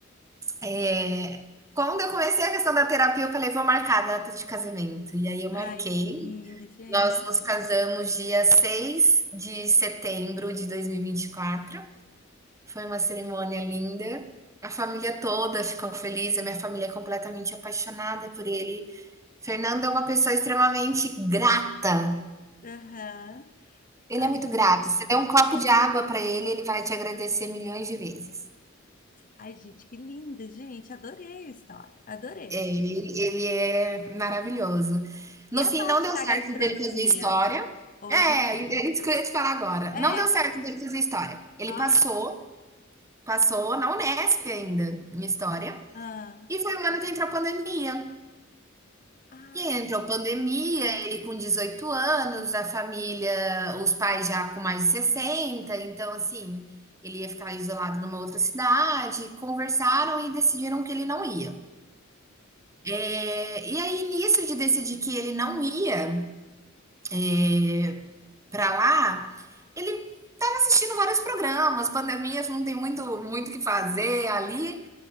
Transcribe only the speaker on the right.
Eh, quando eu comecei a questão da terapia, eu falei: "Vou marcar a data de casamento". E aí eu marquei,
nós nos casamos dia 6 de setembro de dois mil e e vinte e quatro. foi uma cerimônia linda, a família toda ficou feliz, a minha família é completamente apaixonada por ele. Fernando é uma pessoa extremamente grata
Ele
é muito
grato. Você
dá um copo de água para ele, ele vai te agradecer milhões de vezes.
É, ele ele é maravilhoso. No
fim,
não deu
certo
dele fazer história.
É,
é isso que eu ia te falar agora.
Não deu certo dele fazer história. Ele
passou, passou na Unesp ainda, em história,
e foi o ano que entrou a pandemia.
E entrou pandemia, ele com 18 anos, a família, os pais já com mais de sessenta então assim, ele ia ficar isolado numa outra cidade, conversaram e decidiram que ele não ia. Eh, e aí nisso de decidir que ele não ia, eh, pra lá, ele estava assistindo vários programas, pandemias não tem muito o muito que fazer ali,